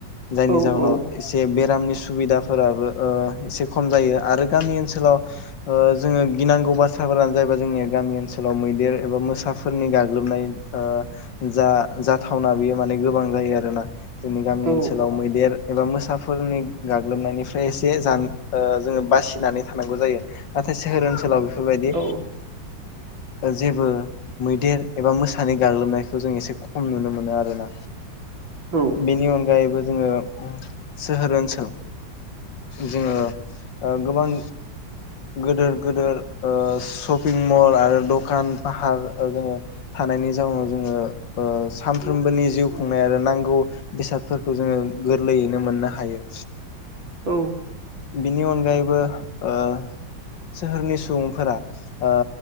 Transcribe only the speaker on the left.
जायनि
जाउनाव
बेरामनि सुबिदा फोराबो ओ एसे खम जायो। आरो गामि ओनसोलाव ओ जोङो गिनांगौ बाथ्राफोरानो जाब जोंनि गामि ओनसोलाव मैदेर एबा मोसाफोरनि गाग्लोबनाय ओ जा जाथावना बेयो माने गोबां जायो आरोना जोंनि गामि
ओनसोलाव मैदेर एबा मोसाफोरनि गाग्लोबनायनिफ्राय एसे जा ओ जोङो बासिनानै थानांगौ जायो। नाथा सोहोर ओनसोलाव बेफोरबायदि
जेबो मैदेर एबा मोसानाय गाग्लोबनायखौ जों एसे खम नुनो मोनो आरोना।
बेनि अनगायैबो जोङो सोहोर ओनसोल जोङो ओ गोबां गेदेर गिदेर ओ शपिं मल आरो दक दखान फाहार जोङो थानायनि जाउनाव जोङो ओ सानफ्रोमबोनि जिउ खुंनाय आरो नांगौ बेसादफोरखौ जोङो गोरलैयैनो मोननो हायो।
बिनि अनगायैबो ओ सोहोरनि सुबुंफोरा ओ